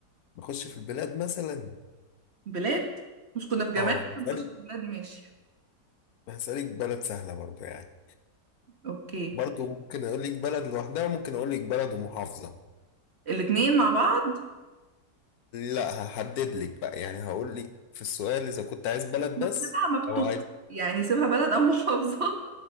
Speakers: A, on the left; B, on the right.
A: نخش في البلاد مثلا
B: بلاد مش كنا في جمال
A: اه هسألك
B: مش في بلاد ماشي
A: هسألك بلد سهلة برضو يعني
B: اوكي
A: برضو ممكن اقول لك بلد لوحدها وممكن اقول لك بلد ومحافظة
B: الاتنين مع بعض
A: لا هحدد لك بقى يعني هقول لك في السؤال اذا كنت عايز بلد
B: ما
A: بس
B: تسيبها مفتوحة
A: او عايز
B: يعني سيبها بلد او <laughs> محافظة